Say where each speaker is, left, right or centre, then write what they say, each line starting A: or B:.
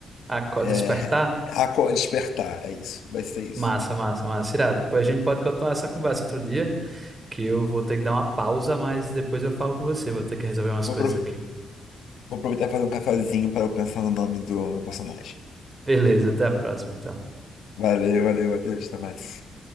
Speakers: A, on the right (about 30°); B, on the left (about 80°).
A: Aco-
B: é,
A: Despertar?
B: <laughs> aco- despertar. É isso, vai ser isso.
A: Massa, massa, massa. Irado. Depois a gente pode continuar essa conversa outro dia, que eu vou ter que dar uma pausa, mas depois eu falo com você. Vou ter que resolver umas
B: Vou,
A: coisas
B: apro-
A: aqui.
B: vou aproveitar e fazer um cafezinho para eu pensar no nome do, do personagem.
A: Beleza, até a próxima, então.
B: Valeu, valeu, Matheus. Até mais.